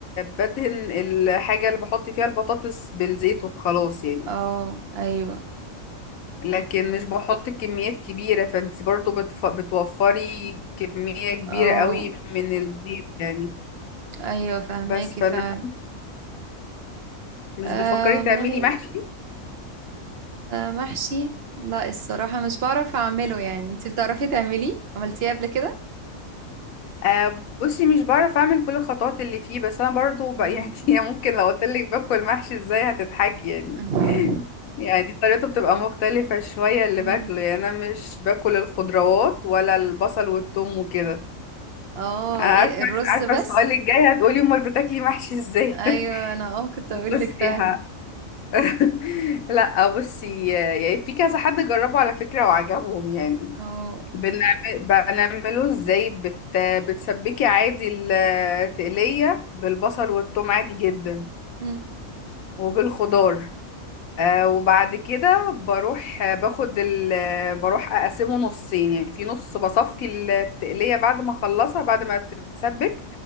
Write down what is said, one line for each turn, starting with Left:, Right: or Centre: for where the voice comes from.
Left: بدهن الحاجة اللي بحط فيها البطاطس بالزيت وخلاص يعني
Right: اه ايوه
Left: لكن مش بحط كميات كبيرة فانت برضو بتف... بتوفري كمية كبيرة
Right: اه
Left: قوي من الزيت يعني
Right: ايوه فهماكي
Left: بس فانا
Right: فعلا
Left: مش
Right: آه
Left: بتفكري
Right: والله
Left: تعملي محشي
Right: آه محشي لا الصراحة مش بعرف اعمله يعني انت بتعرفي تعمليه عملتيه قبل كده
Left: آه بصي مش بعرف اعمل كل الخطوات اللي فيه بس انا برضو ب...
Right: مم.
Left: <laughs> يعني ممكن لو قلت لك باكل محشي ازاي هتضحكي يعني
Right: <laughs>
Left: <laughs> يعني طريقته بتبقى مختلفة شوية اللي
Right: مم.
Left: باكله يعني انا مش باكل الخضروات ولا البصل والثوم وكده
Right: اه
Left: عارفة
Right: ايه الرز
Left: عارفة
Right: بس
Left: السؤال الجاي هتقولي امال بتاكلي محشي ازاي
Right: ايوه
Left: <laughs>
Right: انا اه كنت اقول
Left: بصي
Right: لك فعلا
Left: ها <laughs> لا بصي يعني في كذا حد جربه على فكرة وعجبهم يعني
Right: اه
Left: بنعمل بنعمله ازاي بت... بتسبكي عادي التقلية بالبصل والثوم عادي جدا
Right: مم.
Left: وبالخضار آه وبعد كده بروح آه، باخد ال... آه، بروح اقسمه نصين يعني في نص بصفي التقلية بعد ما اخلصها بعد ما بتتسبك